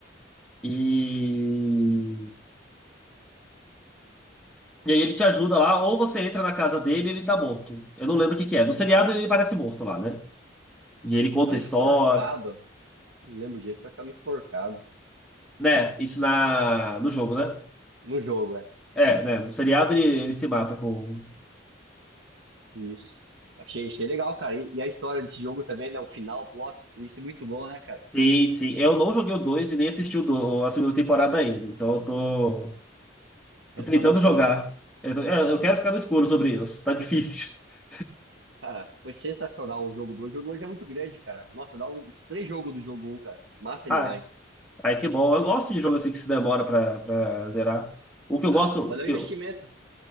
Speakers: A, in the centre; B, on the right.
A: e. E aí ele te ajuda lá, ou você entra na casa dele e ele tá morto. Eu não lembro o que que é. No seriado ele parece morto lá, né? E ele conta
B: Tava
A: a
B: enforcado.
A: história.
B: Não lembro direito, mas tava enforcado.
A: Né, isso na, no jogo, né?
B: No jogo, é.
A: É, né? No seriado ele, ele se mata com.
B: Isso. Achei, achei legal, cara. E, e a história desse jogo também, né? O final, o plot twist, é muito bom, né, cara?
A: Sim, sim. Eu não joguei o 2 e nem assisti o do- a segunda temporada ainda. Então eu tô, tô
B: É,
A: tentando
B: tá no escuro.
A: jogar. Eu, tô- é, eu quero ficar no escuro sobre isso. Tá difícil. <laughs>
B: Cara, foi sensacional o jogo dois O jogo 2 é muito grande, cara. Nossa, dá uns três jogos do jogo um, cara. Massa
A: Ah,
B: demais.
A: ai, que bom. Eu gosto de jogo assim que se demora pra, pra zerar. O que
B: Ah,
A: eu gosto,
B: valeu
A: que
B: o investimento.
A: eu,